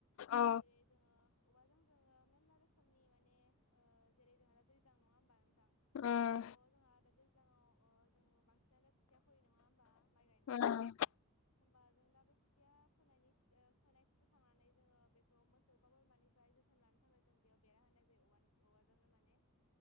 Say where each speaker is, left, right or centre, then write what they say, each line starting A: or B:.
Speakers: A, on the left; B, on the left.
A: औ
B: जेरै जोङो औवाजों जोङो मेरला रोखोमनि माने ओ जेरै जोंहा दा दैज्लां नङा होमबा नोंथां
A: उम उम
B: स' जोंहा दा दैज्लाङाव अ जोङो बांसिनानो खोथिया फैयो नङा होमबा माइ गायनायनि
A: उम
B: सिगां होमबा जों दा बे खेथिया फोनायनि सि फोनाय फोखांनानै जोङो बेखौ मोसौ बा बोरमानिफ्राय जोथोन लानानै बेनि थाखाय जों बेयाव बेरा होनाय जायो औवानि औवाजोंनो माने